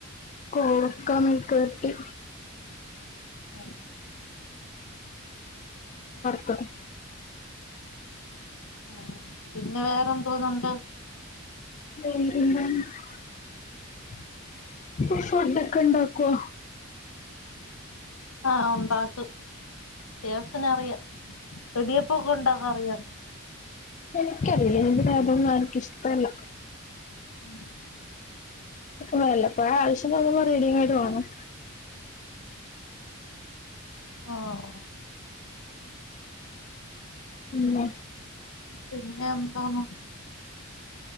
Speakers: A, on the left; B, on the left.
A: കോവക്കാമെഴുക്ക്
B: ഉം,
A: പെര ട്ടി
B: ഉം,
A: <unintelligible> <unintelligible>
B: ആ പിന്നെ വേ തോന്ന്ണ്ട്
A: <unintelligible> ഫുഡൊക്കെ ഇണ്ടാക്കുവ
B: ആ ഉണ്ടാക്കും ദൈവത്തിനു അറിയാം എടിയപ്പൊക്കെ ഉണ്ടാക്കാ അറിയ
A: എനിക്കറില്ല എതി അതൊന്നും ആർക്ക ഇഷ്ടല്ല
B: <inaudible>
A: വല്ലപ്പോഴും ആവിശ്യത്തിന് റെഡിമടെ വേണം
B: ആ <inaudible>
A: മ്
B: പിന്നെ എന്താന്ന